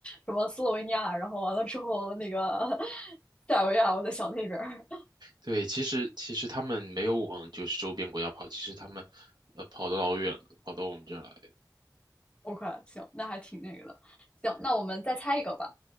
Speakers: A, on the left; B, on the right.
A: 什么斯洛维尼亚，然后完了之后那个 <laughs> 塞尔维亚，我在想那边儿。
B: 对，其实其实他们没有往就是周边国家跑，其实他们呃跑得老远了，跑到我们这儿来。
A: OK，行，那还挺那个的。行，那我们再猜一个吧。